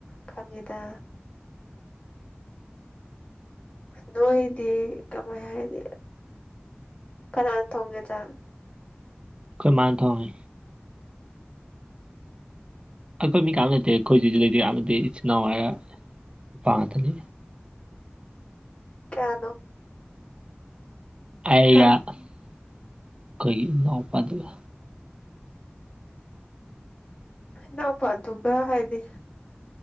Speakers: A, on the left; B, on the right.
A: ꯈꯪꯉꯤꯗ ꯅꯣꯏꯗꯤ ꯀꯃꯥꯏ ꯍꯥꯏꯅꯤ ꯀꯅꯥꯅ ꯊꯣꯡꯒꯦ ꯆꯥꯛ
B: ꯑꯩꯈꯣꯏ ꯃꯥꯟꯅ ꯊ‌ꯣꯡꯏ ꯑꯩꯈꯣꯏ ꯃꯤ ꯀꯅꯥꯝ ꯂꯩꯇꯦ ꯑꯩꯈꯣꯏ <unintelligible> ꯍꯧꯖꯤꯁꯨ ꯂꯩꯇꯦ ꯅꯠꯇꯦ ꯏꯆꯤꯟ ꯏꯅꯥꯎ ꯍꯥꯏꯔꯒ ꯅꯨꯄꯥ ꯉꯥꯛꯇꯅꯤ
A: ꯀꯌꯥꯅꯣ
B: ꯑꯩꯒ
A: ꯇꯔꯥ
B: ꯑꯩꯈꯣꯏꯒꯤ ꯏꯅꯥꯎꯄꯥꯗꯨꯒ
A: ꯅꯎ ꯐꯥ ꯇꯒ ꯍꯥꯏꯗꯤ